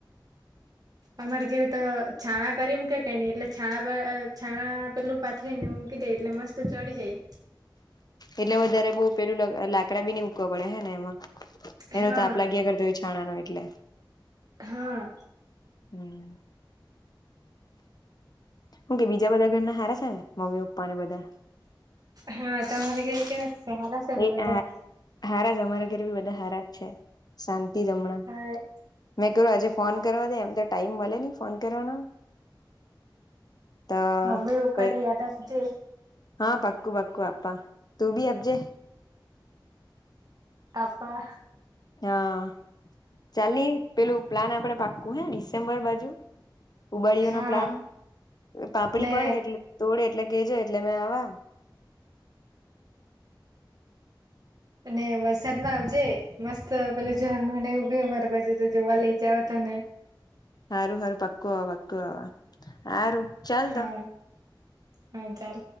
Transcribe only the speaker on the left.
એટલે વધારે બહ પેલું લાકડા બી નની ઉકવા પડે હે ને એમાં એનો
તાપ લાગ્યાગર તો છાણા ન એટલે
હમ્મ હું કે બીજા બધા ઘરના હારા છે ને મમ્મી પપ્પાને બધા
એ
હા હારા છે અમારા ઘરે બી બધા હારા શાંતિ દમણા
મેં કર્યું આજે ફોન કરવા દે એમ તો ટાઈમ મળે નહ ફોન કરવાનો તો
કઈ
હા પક્કું પક્કું આપા તું બી આપજે
હા ચાલલી પેલું પ્લાન આપડે પાક્કું હે ડમ્બર બાજુ ઉબાળયો
નો પ્લાન પાપડી
પડે એટલે તોડે એટલે કેજ એટલે મે આ
હારું હારું પક્કું આવા પક્કું આવા હા રું ચાલ
તો